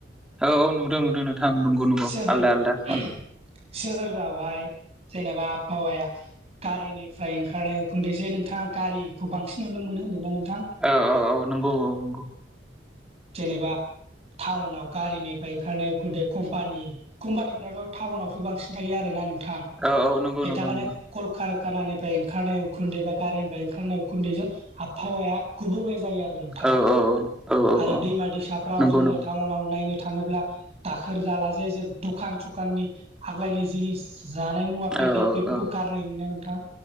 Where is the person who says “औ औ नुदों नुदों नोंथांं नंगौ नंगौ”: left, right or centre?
Centre